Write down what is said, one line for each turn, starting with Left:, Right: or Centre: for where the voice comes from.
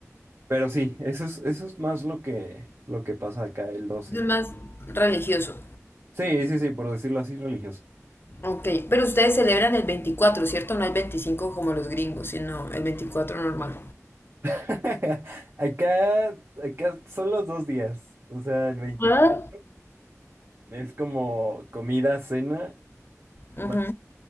Right: pero sí, eso es, eso es más lo que, lo que pasa acá el 12.
Left: Es más religioso.
Right: Sí, sí, sí, por decirlo así, religioso.
Left: Ok, pero ustedes celebran el 24, ¿cierto? No el 25 como los gringos, sino el veinticuatro normal.
Right: <laughs> Acá, acá son los dos días, o sea, el 24
Left: ¿Ah?
Right: es como comida, cena,
Left: Ujú.
Right: bueno,